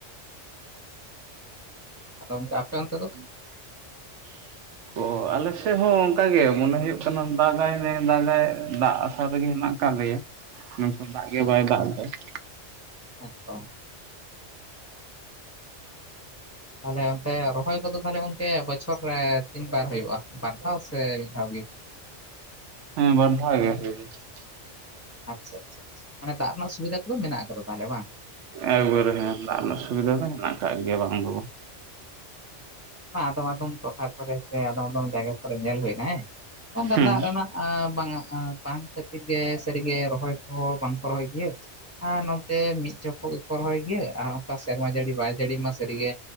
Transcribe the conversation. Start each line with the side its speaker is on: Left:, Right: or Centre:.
Left: ᱟᱫᱚ ᱚᱱᱠᱟ ᱟᱯᱮ ᱚᱱᱛᱮ ᱫᱚ?
Right: <inaudible> ᱚᱸ ᱟᱞᱮ ᱥᱮᱫ ᱦᱚᱸ ᱚᱱᱠᱟ ᱜᱮ ᱢᱚᱱᱮ ᱦᱩᱭᱩᱜ ᱠᱟᱱᱟ ᱫᱟᱜᱟᱭ ᱱᱮ ᱫᱟᱜᱟᱭ ᱫᱟᱜ ᱟᱥᱟ ᱨᱮᱜᱮ ᱦᱮᱱᱟᱜ ᱟᱠᱟᱫ ᱞᱮᱭᱟ ᱾ ᱱᱚᱛᱮ ᱫᱟᱜ ᱜᱮ ᱵᱟᱭ ᱫᱟᱜ ᱮᱫᱟᱭ ᱾
Left: ᱦᱮᱛᱚ, ᱛᱟᱦᱚᱞᱮ ᱚᱱᱛᱮ ᱨᱚᱦᱚᱭ ᱠᱚᱫᱚ ᱛᱟᱦᱚᱞᱮ ᱜᱚᱝᱠᱮ ᱵᱚᱪᱷᱚᱨ ᱨᱮ ᱛᱤᱱ ᱵᱟᱨ ᱦᱩᱭᱩᱜᱼᱟ ᱵᱟᱨ ᱫᱷᱟᱣ ᱥᱮ ᱢᱤᱫ ᱫᱷᱟᱣ ᱜᱮ?
Right: ᱦᱮᱸ ᱵᱟᱨ ᱫᱷᱟᱣ ᱜᱮ <unintelligible>
Left: ᱟᱪᱪᱷᱟ ᱟᱪᱪᱷᱟ ᱟᱪᱪᱷᱟ ᱢᱟᱱᱮ ᱫᱟᱜ ᱨᱮᱱᱟᱜ ᱥᱩᱵᱤᱫᱷᱟ ᱠᱚᱫᱚ ᱢᱮᱱᱟᱜ ᱟᱠᱟᱫᱟ ᱛᱟᱦᱚᱞᱮ ᱵᱟᱝ?
Right: ᱮᱠᱵᱟᱨᱮ ᱦᱮᱸ ᱫᱟᱜ ᱨᱮᱱᱟᱜ ᱥᱩᱵᱤᱫᱷᱟ ᱫᱚ ᱢᱮᱱᱟᱜ ᱟᱠᱟᱜ ᱜᱮᱭᱟ ᱵᱟᱝ ᱵᱟᱝ ᱾
Left: ᱟᱫᱚᱢ ᱟᱫᱚᱢ ᱴᱚᱴᱷᱟ ᱠᱚᱨᱮ ᱥᱮ ᱟᱫᱚᱢ ᱟᱫᱚᱢ ᱡᱟᱭᱜᱟ ᱠᱚᱨᱮ ᱧᱮᱞ ᱦᱩᱭᱱᱟ ᱦᱮᱸ ᱚᱱᱠᱟ
Right: ᱦᱮᱸ
Left: ᱫᱟᱜ ᱨᱮᱱᱟᱜ ᱟᱸ ᱵᱟᱝᱼᱟ ᱵᱟᱝ ᱠᱷᱟᱹᱛᱤᱨ ᱜᱮ ᱥᱟᱹᱨᱤ ᱜᱮ ᱨᱚᱦᱚᱭ ᱠᱚᱦᱚᱸ ᱵᱟᱝ ᱠᱚ ᱨᱚᱦᱚᱭ ᱜᱮᱭᱟᱹ ᱟᱨ ᱱᱚᱛᱮ ᱢᱤᱫ ᱡᱚᱠᱷᱚᱡ ᱜᱮᱠᱚ ᱨᱚᱦᱚᱭ ᱜᱮᱭᱟᱹ ᱟᱨ ᱚᱱᱠᱟ ᱥᱮᱨᱢᱟ ᱡᱟᱹᱲᱤ ᱵᱟᱭ ᱡᱟᱹᱲᱤ ᱢᱟ ᱥᱟᱹᱨᱤ ᱜᱮ